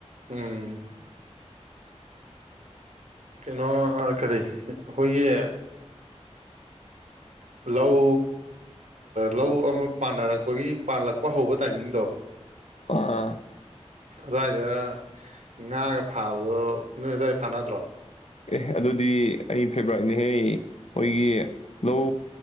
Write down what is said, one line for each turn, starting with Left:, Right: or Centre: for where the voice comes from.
Right: ꯎꯝ ꯀꯩꯅꯣ ꯀꯔꯤ ꯑꯩꯈꯣꯏꯒꯤ ꯂꯧ ꯂꯧ ꯑꯃ ꯄꯥꯟꯅꯔꯛꯄꯒꯤ ꯄꯥꯟꯜꯂꯛꯄ ꯍꯧꯕ ꯇꯥꯏꯃꯤꯡꯗꯣ
Left: ꯑꯥ
Right: ꯑꯗꯨꯋꯥꯏꯗ ꯉꯥꯒ ꯐꯥꯕꯗꯣ ꯅꯣꯏ ꯑꯗꯨꯋꯥꯏ ꯐꯥꯅꯗ꯭ꯔꯣ
Left: ꯑꯦ ꯑꯗꯨꯗꯤ ꯑꯩ ꯐꯦꯕꯔꯥꯏꯠꯅꯤꯍꯦ ꯑꯩꯈꯣꯏꯒꯤ ꯂꯧ